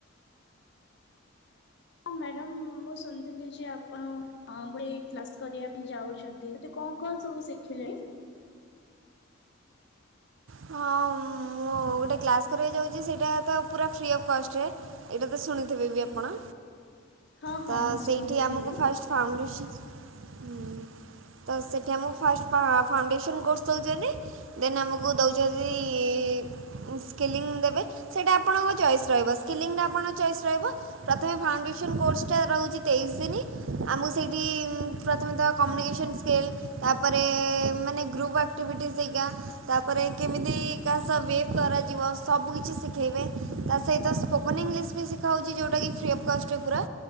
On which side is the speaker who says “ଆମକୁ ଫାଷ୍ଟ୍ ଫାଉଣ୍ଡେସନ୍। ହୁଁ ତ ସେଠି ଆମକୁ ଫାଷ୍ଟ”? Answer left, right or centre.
Right